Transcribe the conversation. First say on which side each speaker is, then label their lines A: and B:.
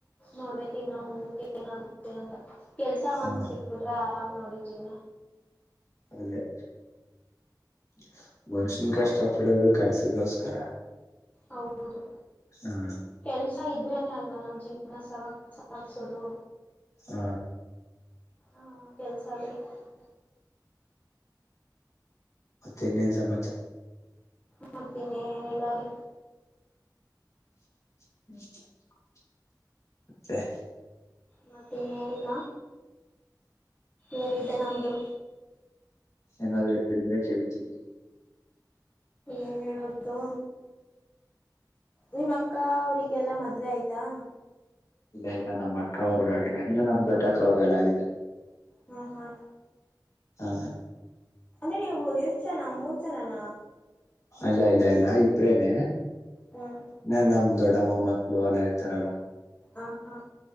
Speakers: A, on the left; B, on the left.
A: ನೋಡ್ಬೇಕಕ್ ಇನ್ನ ಮುಂದಕ್ಕೆ ಏನಾಗುತ್ತೆ ಅಂತ ಕೆಲ್ಸ
B: ಹ
A: ಒಂದ್
B: ಹ
A: ಸಿಕ್ ಬಿಟ್ರೆ ಆರಾಮ ಮನಡಿ ಜೀವನ
B: ಅದೇ ಹಾ <inaudible> ಮನುಷ್ಯನ ಕಷ್ಟ ಪಡೋದು ಕೆಲ್ಸಗೋಸ್ಕರ
A: ಹೌದು
B: ಹ
A: ಕೆಲ್ಸ ಇದ್ರೇನೆ ಅಲ್ವಾ ನಮ್ ಜೀವನ ಸವ ಸಾಗಸೋದು
B: ಹ
A: ಹ ಕೆನ್ಸ ಬೇಕು <inaudible>
B: ಮತ್ತೆ ಇನ್ನೇನ್ ಸಮ
A: ಮಾಡ್ತೀನಿ ಏನಲ್ಲಾರಿ
B: ತ್ತ <inaudible>
A: ಮತ್ತೆ ಇನ್ನೇನ್ ಇಲ್ಲ ಏನಿದೆ ನಮದು
B: ಏನಾದ್ರೂ ಇದ್ರೆ ಕೇಳ್ತೀರಿ
A: ಏನ್ ಹೇಳದು ನಿಮ್ಮ ಅಕ್ಕ ಅವ್ರರಿಗೆಲ್ಲಾ ಮದ್ವೆ ಆಯ್ತಾ
B: ಇಲ್ಲ ಇಲ್ಲ ನಮ್ಮ್ ಅಕ್ಕ ಅವರ್ಗ ಆಗಿಲ್ಲ ಇನ್ನು ನಮ್ ದೊಡ್ಡ ಅಕ್ಕವರ್ಗೆಲ್ಲ ಆಗಿದೆ
A: ಹ್ಮ್ ಹ್ಮ್
B: ಹಾ
A: ಅಂದ್ರೆ ನೀವು ಎರಡು ಜನ ಮೂರ್ ಜನಾನ
B: ಅಲ್ಲ ಇಲ್ಲ ಇಲ್ಲ ಇಬ್ರೇನ್
A: ಹ್ಮ್
B: ನ ನಮ ದೊಡ ಮಾಡ ಪಲ ಅಲಯತರಲ್ಲ
A: ಹ ಹಾ